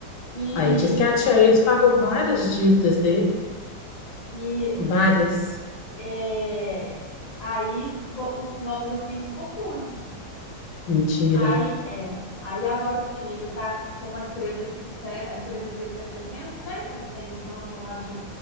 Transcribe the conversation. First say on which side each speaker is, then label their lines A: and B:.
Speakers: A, on the left; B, on the left.
A: E,
B: Aí diz que a tia Iris pagou várias dívidas dele,
A: e
B: várias.
A: É, aí bo- o nome do filho ficou sujo.
B: Mentira.
A: Aí, é, aí agora o filho tá com uma empresa de sucesso, a empresa dele tá crescendo, né? Que ele tem no ramo lá de